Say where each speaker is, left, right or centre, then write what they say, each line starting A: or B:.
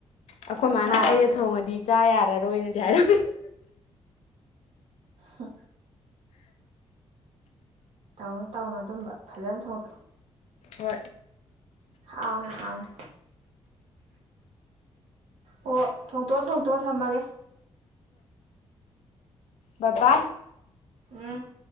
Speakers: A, on the right; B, on the left.
A: ꯐꯖꯅ
B: ꯑꯩꯈꯣꯏ ꯃꯥꯅ
A: ꯍꯥꯎꯅ
B: ꯑꯩꯅ
A: ꯊꯣꯡꯇꯣꯛ
B: ꯊꯣꯡꯉꯗꯤ ꯆꯥ ꯌꯥꯔꯔꯣꯏ ꯑꯣꯏꯅꯗꯤ ꯍꯥꯏꯔ
A: ꯍꯥ ꯇꯧꯅꯨ ꯇꯧꯅꯨ ꯑꯗꯨꯝꯕ ꯐꯖꯅ ꯊꯣꯡꯇꯣꯑꯣ
B: ꯍꯣꯏ
A: ꯍꯥꯎꯅ ꯍꯥꯎꯅ ꯑꯣ ꯊꯣꯡꯇꯣꯛꯑꯣ ꯊꯣꯡꯇꯣꯛꯑꯣ ꯊꯝꯃꯒꯦ
B: ꯕꯕꯥ
A: ꯎꯝ